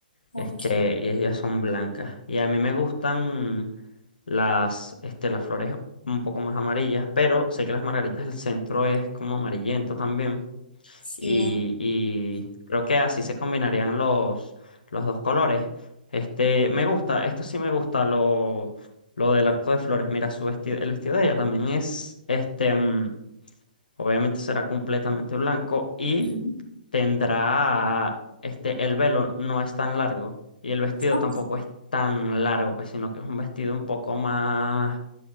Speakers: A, on the left; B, on the left.
A: Ok,
B: Este, y ellas son blancas. Y a mí me gustan las, este, las flores un poco más amarillas, pero sé que las margaritas del centro es como amarillento también.
A: sí.
B: Y, y creo que así se combinarían los, los dos colores. Este, me gusta, esto sí me gusta, lo, lo del arco de flores. Mira, su vestido, el vestido de ella también es, este, mm, obviamente será completamente blanco y
A: Ujú,
B: tendrá, este, el velo no es tan largo y el vestido
A: ok.
B: tampoco es tan largo, pues, sino que es un vestido un poco más,